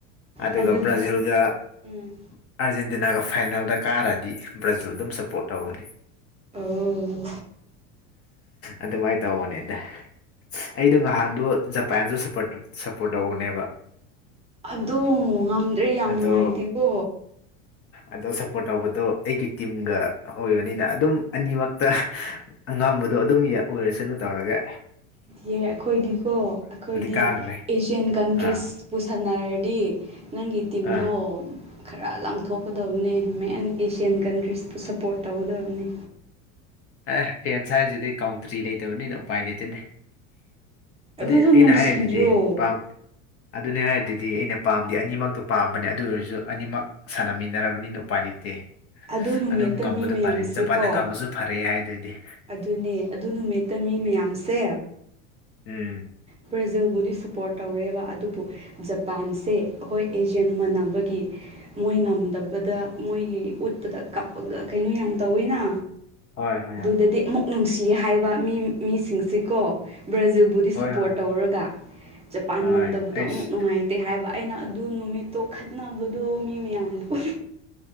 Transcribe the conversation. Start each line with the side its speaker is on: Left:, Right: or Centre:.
Left: ꯑꯗꯨꯒ
Right: ꯑꯗꯨꯗꯤ
Left: ꯕ꯭ꯔꯥꯖꯤꯜꯒ ꯑꯥꯔꯖꯦꯟꯇꯤꯅꯥꯒ
Right: ꯎꯝ
Left: ꯐꯥꯏꯅꯦꯜꯗ ꯀꯥꯔꯗꯤꯒ ꯕ꯭ꯔꯥꯖꯤꯜ ꯑꯗꯨꯝ ꯁꯞꯄꯣꯔꯠ ꯇꯧꯒꯅꯤ
Right: ꯑꯣ
Left: ꯑꯗꯨꯃꯥꯏ ꯇꯧꯕꯅꯦꯗ ꯑꯩꯗꯣ ꯉꯍꯥꯟꯗꯨ ꯖꯄꯥꯟꯁꯨ ꯁꯞꯄꯠ ꯁꯞꯄꯣꯔꯠ ꯇꯧꯕꯅꯦꯕ
Right: ꯑꯗꯣ ꯉꯝꯗ꯭ꯔꯦ ꯌꯥꯝ
Left: ꯑꯗꯣ
Right: ꯅꯨꯡꯉꯥꯏꯇꯦꯀꯣ
Left: ꯑꯗꯣ ꯁꯞꯄꯣꯔꯠ ꯇꯧꯕꯗꯣ ꯑꯩꯒꯤ ꯇꯤꯝꯒ ꯑꯣꯏꯕꯅꯤꯅ ꯑꯗꯨꯝ ꯑꯅꯤꯃꯛꯇ ꯑꯉꯝꯕꯗꯣ ꯑꯗꯨꯝ ꯑꯣꯏꯔꯁꯅꯨ ꯇꯧꯔꯒꯦ
Right: ꯌꯦ ꯑꯩꯈꯣꯏꯗꯤꯀꯣ ꯑꯩꯈꯣꯏꯗꯤ
Left: ꯀꯥꯈ꯭ꯔꯦ
Right: ꯑꯦꯁꯤꯌꯥꯟ ꯀꯟꯇ꯭ꯔꯤꯁ
Left: ꯑꯥ
Right: ꯄꯨꯁꯟꯅꯔꯗꯤ ꯅꯪꯒꯤ ꯇꯤꯝꯗꯣ
Left: ꯑꯥ
Right: ꯈꯔ ꯂꯥꯡꯊꯣꯛꯀꯗꯕꯅꯤ ꯃꯦꯟ ꯑꯦꯁꯤꯌꯥꯟ ꯀꯟꯇ꯭ꯔꯤꯁꯄꯨ ꯁꯄꯣꯔꯠ ꯇꯧꯒꯗꯕꯅꯤ
Left: ꯑꯦ ꯒꯦꯝꯁ ꯍꯥꯏꯁꯤꯗꯤ ꯀꯥꯎꯟꯇ꯭ꯔꯤ ꯂꯩꯇꯕꯅꯤꯅ ꯎꯄꯥꯏ ꯂꯩꯇꯦꯅꯦ
Right: ꯑꯗꯨꯗꯣ
Left: ꯑꯗꯨꯏ ꯑꯩꯅ
Right: ꯅꯨꯡꯁꯤꯗ꯭ꯔꯣ
Left: ꯍꯥꯏꯗꯨꯗꯤ ꯄꯥꯝ ꯑꯗꯨꯅꯤ ꯍꯥꯏꯗꯨꯗꯤ ꯑꯩꯅ ꯄꯥꯝꯗꯤ ꯑꯅꯤꯃꯛꯇꯣ ꯄꯥꯝꯕꯅꯦ ꯑꯗꯨ ꯑꯣꯏꯔꯁꯨ ꯑꯅꯤꯃꯛ ꯁꯥꯟꯅꯃꯤꯟꯅꯔꯕꯅꯤꯅ ꯎꯄꯥꯏ ꯂꯩꯇꯦ
Right: ꯑꯗꯨ ꯅꯨꯃꯤꯠꯇ
Left: ꯑꯗꯨꯝ ꯉꯝꯕꯗꯨ
Right: ꯃꯤ ꯃꯌꯥꯝꯁꯦꯀꯣ
Left: ꯐꯔꯦ ꯖꯄꯥꯟꯅ ꯉꯝꯃꯁꯨ <unintelligible> ꯍꯥꯏꯗꯨꯗꯤ
Right: ꯑꯗꯨꯅꯦ ꯑꯗꯨ ꯅꯨꯃꯤꯠꯇ ꯃꯤ ꯃꯌꯥꯝꯁꯦ
Left: ꯎꯝ
Right: ꯕ꯭ꯔꯖꯤꯜꯕꯨꯗꯤ ꯁꯄꯣꯔꯠ ꯇꯧꯔꯦꯕ ꯑꯗꯨꯕꯨ ꯖꯄꯥꯟꯁꯦ ꯑꯩꯈꯣꯏ ꯑꯦꯖꯤꯌꯥꯟ ꯃꯥꯟꯅꯕꯒꯤ ꯃꯣꯏ ꯉꯝꯗꯕꯗ ꯃꯣꯏꯒꯤ ꯎꯠꯄꯗ ꯀꯞꯄꯒ ꯀꯩꯅꯣ ꯌꯥꯝ ꯇꯧꯋꯤꯅ
Left: ꯍꯣꯏ ꯍꯣꯏ ꯍꯣꯏ
Right: ꯑꯗꯨꯗꯤ ꯑꯃꯨꯛ ꯅꯨꯡꯁꯤ ꯍꯥꯏꯕ ꯃꯤ ꯃꯤꯁꯤꯡꯁꯤꯀꯣ ꯕ꯭ꯔꯖꯤꯜꯕꯨꯗꯤ
Left: ꯍꯣꯏ
Right: ꯁꯞꯄꯣꯔꯠ
Left: ꯍꯣꯏ
Right: ꯇꯧꯔꯒ ꯖꯄꯥꯟ ꯉꯝꯗꯕꯗꯣ
Left: ꯍꯣꯏ ꯑꯩꯁ
Right: ꯑꯃꯨꯛ ꯅꯨꯡꯉꯥꯏꯇꯦ ꯍꯥꯏꯕ ꯑꯩꯅ ꯑꯗꯨ ꯅꯨꯃꯤꯠꯇꯣ ꯈꯠꯅꯕꯗꯣ ꯃꯤ ꯃꯌꯥꯝꯗ ꯎ